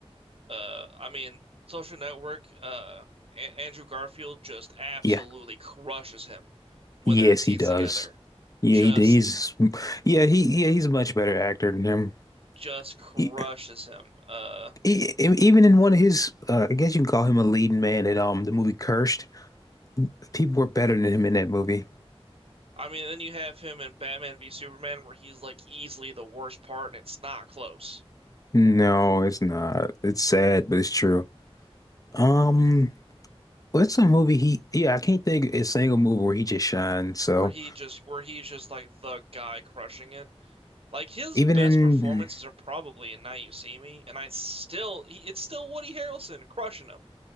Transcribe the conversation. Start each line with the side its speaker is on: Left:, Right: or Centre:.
Right: uh I mean Social Network, uh a Andrew Garfield just absolutely
Left: Yeah.
Right: crushes him when
Left: Yes,
Right: they're in scenes
Left: he does.
Right: together.
Left: Yeah,
Right: Just
Left: he he's yeah he yeah he's a much better actor than him.
Right: just crushes
Left: E-
Right: him. Uh,
Left: e- even in one of his, uh, I guess you can call him a leading man in um the movie Cursed. people were better than him in that movie.
Right: I mean, then you have him in Batman v Superman, where he's like easily the worst part, and it's not close.
Left: No, it's not. It's sad, but it's true. Um, what's a movie he? Yeah, I can't think of a single movie where he just shined. So
Right: Where he just, where he's just like the guy crushing it. Like his
Left: even
Right: best
Left: in,
Right: performances are probably in Now You See Me, and I still, he, it's still Woody Harrelson crushing him.